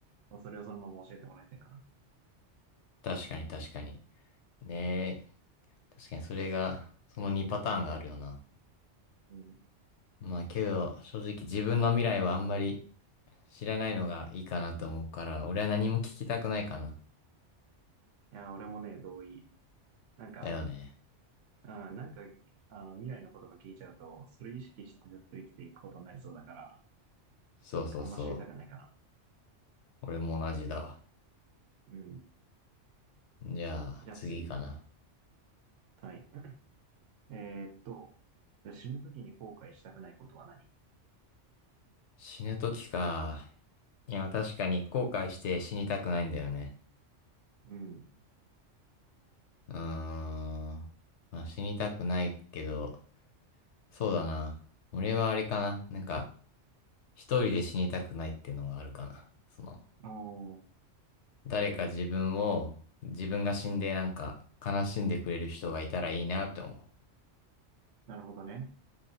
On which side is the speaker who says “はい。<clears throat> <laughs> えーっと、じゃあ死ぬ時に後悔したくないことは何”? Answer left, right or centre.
Right